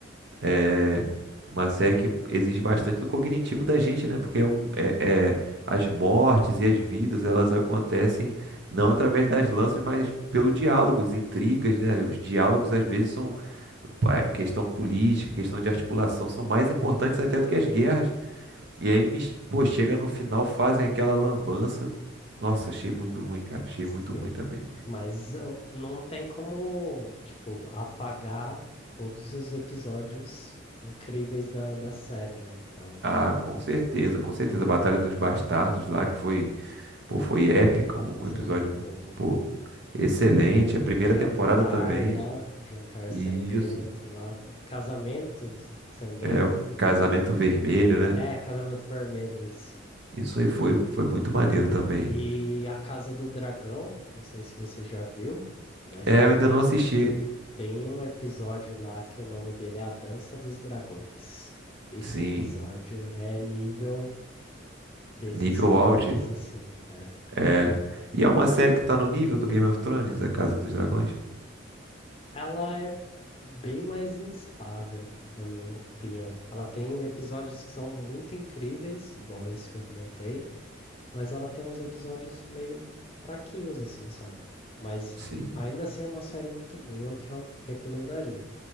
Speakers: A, on the right; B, on the left.
A: É uma série que exige bastante do cognitivo da gente, né? Porque é um, é, é- as mortes e as vidas, elas acontecem não através das lanças, mas pelo diálogos, intrigas, né? Os diálogos às vezes são a questão política, questão de articulação são mais importantes até do que as guerras. E aí, mis- pô, chega no final, fazem aquela lambança. Nossa, achei muito ruim, cara. Achei
B: Sim,
A: muito ruim também.
B: mas eu- não tem como, tipo, apagar todos os episódios incríveis da, da série, né? Então,
A: Ah, com certeza, com certeza. A Batalha dos Bastardos lá, que foi Pô, foi épico, um
B: sim,
A: episódio,
B: o,
A: pô, excelente. A primeira
B: o jantar
A: temporada também.
B: lá, o jantar
A: e
B: sangrento
A: Isso.
B: lá, tá- casamento sangrento,
A: É o
B: né?
A: Casamento Vermelho, né?
B: É, casamento vermelho, isso.
A: Isso aí foi, foi muito maneiro também.
B: E a Casa do Dragão, não sei se você já viu, mas
A: É,
B: também
A: eu ainda não assisti.
B: Tem um episódio lá que o nome dele é A Dança dos Dragões. Esse
A: Sim,
B: episódio é nível desses
A: nível
B: tops,
A: auge.
B: assim. É.
A: É. E é uma série que tá no nível do Game of Thrones, A Casa dos Dragões?
B: Ela é bem mais instável, na minha opinião. Ela tem episódios que são muito incríveis, igual esse que eu comentei, mas ela tem uns episódios meio fraquinhos, assim, sabe? Mas
A: Sim,
B: ainda assim é uma série muito boa que eu recomendaria.